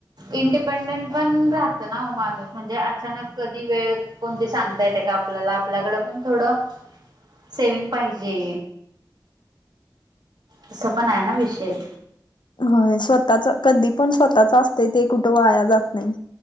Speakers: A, on the right; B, on the left.
A: इंडिपेंडेंन पण राहतं ना ओ माणूस म्हणजे अचानक कधी वेळ, कोणती सांगता येते का आपल्याला आपल्याकडं पण थोडं सेविंग पाहिजे. तसं पण हाय ना विषय.
B: होय स्वतःच कधी पण स्वतःच असतंय ते कुठं वाया जात नाही.